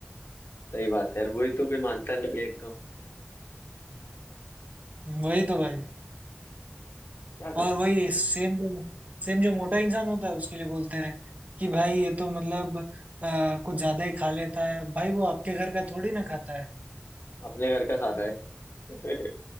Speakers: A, on the left (about 75°); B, on the right (about 40°).
A: सही बात है यार वही तो कोई मानता नहीं है एकदम
B: करूँ वही तो भाई
A: क्या कर
B: और
A: सकते
B: वही सेम जो सेम जो मोटा इंसान होता है उसके लिए बोलते हैं कि भाई ये तो मतलब अ, कुछ ज्यादा ही खा लेता है भाई वो आपके घर का थोड़ी ना खाता है
A: हैं अपने घर का खाना है <laughs>